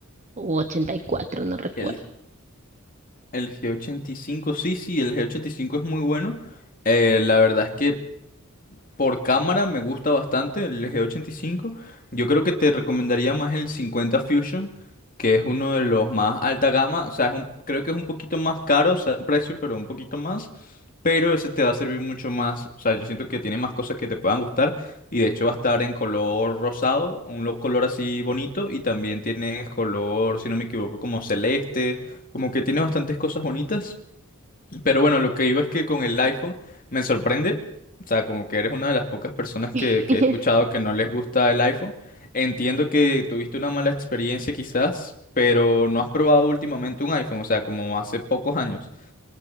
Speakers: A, on the right (about 35°); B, on the left (about 40°).
A: o 84, no recuerdo.
B: El, el G85, sí, sí, el G85 es muy bueno. Eh, la verdad es que por cámara me gusta bastante el G85. Yo creo que te recomendaría más el 50 Fusion, que es uno de los más alta gama. O sea, es un- creo que es un poquito más caro, o sea, un precio, pero un poquito más. Pero ese te va a servir mucho más. O sea, yo siento que tiene más cosas que te puedan gustar. Y de hecho va a estar en color rosado, un lo- color así bonito. Y también tiene color, si no me equivoco, como celeste. Como que tiene bastantes cosas bonitas. Pero bueno, lo que iba es que con el iPhone me sorprende, o sea, como que eres una de las pocas personas que,
A: <laughs>
B: que he escuchado que no les gusta el iPhone. Entiendo que tuviste una mala experiencia quizás, pero no has probado últimamente un iPhone, o sea, como hace pocos años,